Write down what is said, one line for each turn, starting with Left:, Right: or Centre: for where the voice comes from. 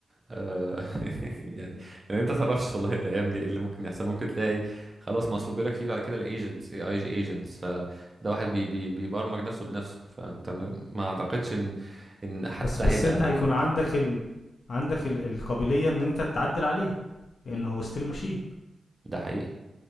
Right: آه <laughs> يعني لان انت تعرفش والله الايام دي ايه اللي ممكن يحصل ممكن تلاقي خلاص مصلوب لك فيه بعد كده الايجنتس اي اي ايجنتس فده واحد بي بي بيبرمج نفسه بنفسه فانت ما ما اعتقدش ان ان حتى
Left: بس بس
Right: ده هيبقى
Left: انت هيكون عندك ال... عندك ال... القابليه ان انت تعدل عليه لان هو ستيل ماشين
Right: ده حقيقي